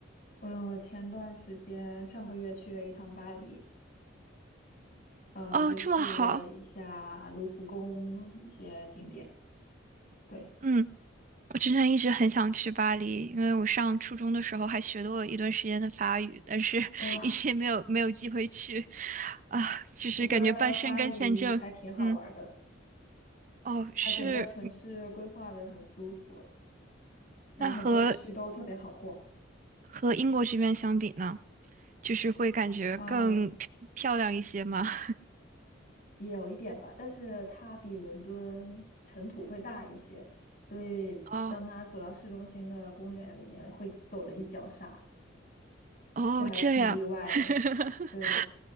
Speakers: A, on the left; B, on the right.
A: 我前段时间上个月去了一趟巴黎，嗯，
B: 哦，
A: 就去了一下卢浮宫一些景点。
B: 这么好，
A: 对，
B: 嗯，我之前一直很想去巴黎，因为我上初中的时候还学过一段时间的法语，但是 <laughs>
A: 哇，
B: 一直也没有没有机会去，啊，就是感觉半申跟签证，
A: 我觉得巴黎还挺好玩儿的。
B: 嗯，哦，是，
A: 它整个城市规划的很舒服，然后很多区都特别好逛，
B: 那和和英国这边相比呢，就是会感觉更漂漂亮一些吗？
A: 嗯，
B: <laughs>
A: 也有一点吧，但是它比伦敦尘土会大一些，所以当它走到市中心的公园里面，
B: 哦
A: 会走的一脚沙，
B: 哦，
A: 这还挺意外的。
B: 这样，<laughs>
A: 对，